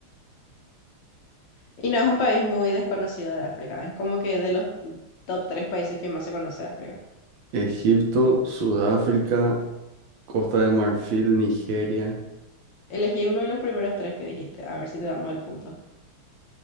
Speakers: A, on the left (about 70°); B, on the right (about 75°).
A: Y no es un país muy desconocido de África. Es como que de los top tres países que más se conoce de África.
B: Egipto, Sudáfrica, Costa de Marfil, Nigeria,
A: Elegí uno de los primeros tres que dijiste. A ver si te damos el punto.